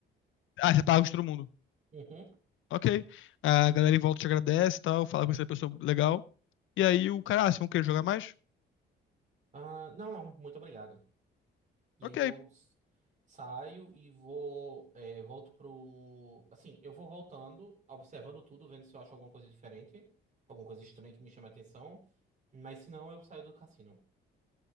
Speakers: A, on the left; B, on the right.
A: Ah, você paga de todo mundo.
B: Uhum.
A: Ok. A galera em volta te agradece e tal, fala com essa pessoa legal. E aí o cara, ah, vocês vão querer jogar mais?
B: Ah, não, não, muito obrigado. E
A: Ok,
B: aí eu s- saio e vou. é, volto pro. Assim, eu vou voltando, observando tudo, vendo se eu acho alguma coisa diferente, alguma coisa estranha que me chame a atenção. Mas se não, eu saio do cassino.